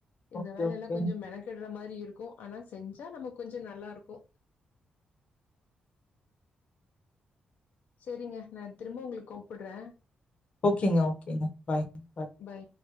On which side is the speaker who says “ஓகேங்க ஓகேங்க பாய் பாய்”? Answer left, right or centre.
Left